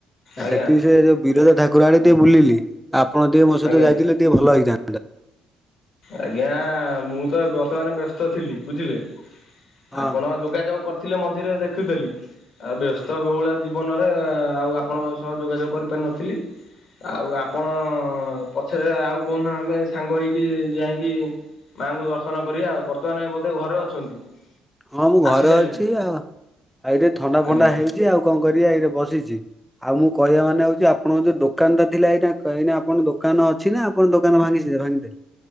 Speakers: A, in the centre; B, on the left.
A: ଆ
B: ଆଜ୍ଞା
A: ସେଠି ସେ ଯଉ ବିରଜ ଠାକୁର ଆଡେ ଟିକେ ବୁଲିଲି ଆପଣ ଟିକେ ମୋ ସହିତ
B: ଆଜ୍ଞା
A: ଯାଇଥିଲେ ଟିକେ ଭଲ ହେଇଥାନ୍ତା।
B: ଆଜ୍ଞା ମୁଁ ତ ବର୍ତମାନ ବ୍ୟସ୍ତ ଥିଲି ବୁଝିଲେ
A: ହଁ
B: ଆପଣ ଯୋଗାଯୋଗ କରି ଥିଲେ ମଝିରେ ଦେଖୁଥିଲି ଆଉ ବ୍ୟସ୍ତ
A: ହଁ
B: ବଉଳିଆ ଯ ଜୀବନରେ ଆଉ ଆପଣଙ୍କ ସହ ଯୋଗାଯୋଗ କରିପାରିନଥିଲି। ଆଉ ଆପଣ ପଛରେ ଆଉ କହୁନୁ ଆମେ ସାଙ୍ଗ ହେଇକି ଯାଇକି ମାଙ୍କୁ ଦର୍ଶନ କରିବା ଆଉ ବର୍ତ୍ତମାନ ବୋଧେ ଘରେ ଅଛନ୍ତି?
A: ହଁ ମୁଁ ଘରେ
B: ଆସି ସାରିଲେଣି
A: ଅଛି ଆଉ ଆଇରେ ଥଣ୍ଡା ଫଣ୍ଡା
B: ଆଜ୍ଞା
A: ହେଇଛି ଆଉ କଣ କରି ଏଇରେ ବସିଛି। ଆଉ ମୁଁ କହିବା ମାନେ ହଉଛି ଆପଣଙ୍କ ଯୋଉ ଦୋକାନଟା ଥିଲା ଏଇଟା କ କହିି ଆପଣଙ୍କ ଦୋକାନ ଅଛି ନା ଆପଣ ଦୋକାନ ଭାଙ୍ଗି ଭାଙ୍ଗିଦେବେ।